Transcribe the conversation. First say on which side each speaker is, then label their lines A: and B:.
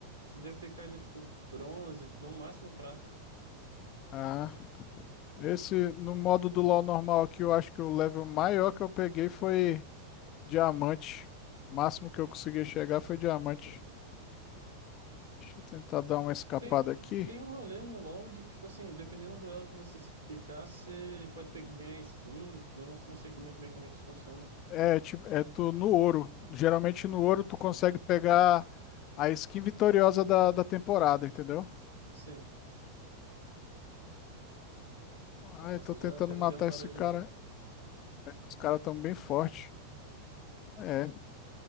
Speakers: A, on the right (about 90°); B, on the left (about 35°).
A: Devo ter caído, tipo, bronze, no máximo prata.
B: Ah, esse no modo do LoL normal aqui, eu acho que o level maior que eu peguei foi diamante. O máximo que eu consegui chegar foi diamante. Deixa eu tentar dar uma escapada
A: Tem,
B: aqui.
A: tem um rolê no LoL de que, tipo assim, dependendo do elo que você se- ficar, você pode pe- ganhar skin. Eu não, não sei muito bem como é que isso funciona.
B: É, tipo, é tu no ouro. Geralmente no ouro tu consegue pegar a skin vitoriosa da, da temporada, entendeu?
A: Sim.
B: Ai,
A: Nossa,
B: tô tentando
A: já, já
B: matar
A: me derrubaram
B: esse
A: de
B: cara.
A: novo.
B: Os caras tão bem fortes. É,